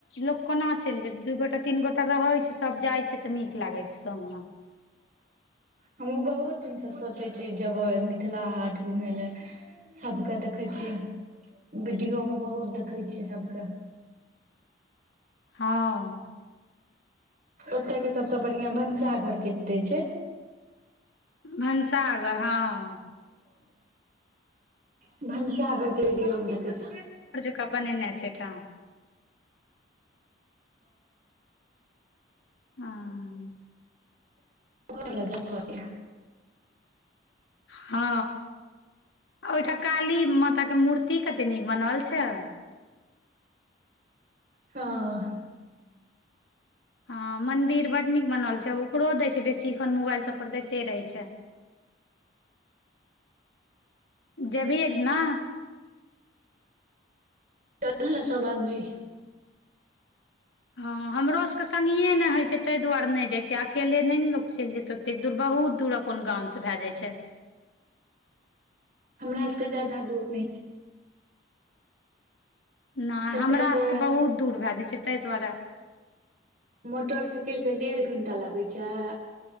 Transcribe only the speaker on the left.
लोक कोना चलि जेतैय दु गोटा तीन गोटा रहैय छैय, सब जाइ छैय तऽ नीक लागैय छैय संग में।
हां।
भनसाघर हां।
कप नेनेय छैय अइ ठाम। हां।
हा ओहिठाम काली माताके मूर्ति कते नीक बनाओल छैय।
हां मंदिर बड्ड नीक बनल छैय, ओकरो दैय छैय बेसी एखन मोबाइल सब पर दैते रहैय छैय। जेबही एक दिना।
ह हमरो सबके संगीए नै होय छैय, ताहि दुआरे नै जाइत छियै, अकेले नै नऽ लोक चलिऽ जेतैय ओत ते एतेक दूर बहुत दूर अपन गाम से भाय जाय छैय।
नै
हमरा
सबके बहुत दूर भए जाइ छैय ताहि दुआरे।